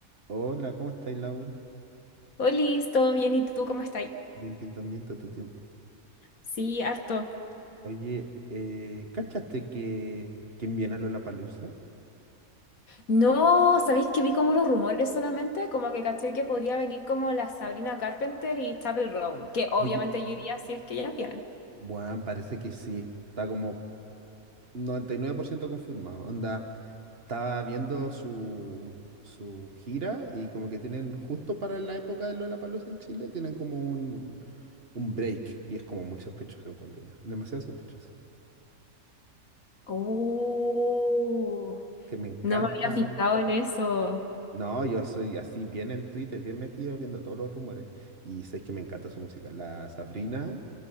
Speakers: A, on the right (about 45°); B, on the left (about 75°).
A: Hola, ¿cómo estáis, Lauro?
B: Liz, ¿todo bien? ¿Y tú cómo estás?
A: Bien, bien, también, tanto tiempo.
B: Sí, harto.
A: Oye, eh, ¿cachaste que quién viene a Lollapalooza?
B: No, ¿sabéis que vi como los rumores solamente? Como que caché que podría venir como la Sabrina Carpenter y Chappell Roan, que obviamente
A: Oye,
B: yo iría si es que ellas vienen.
A: bueno, parece que sí. Está como 99% confirmado. Onda, estaba viendo su, su gira y como que tienen justo para la época de Lollapalooza en Chile, tienen como un, un break y es como muy sospechoso, encuentro yo. Demasiado sospechoso.
B: Oh,
A: Que me encanta.
B: no me había fijado en eso.
A: No, yo soy así bien en Twitter, bien metido, viendo todos los rumores. Y sé que me encanta su música. La Sabrina,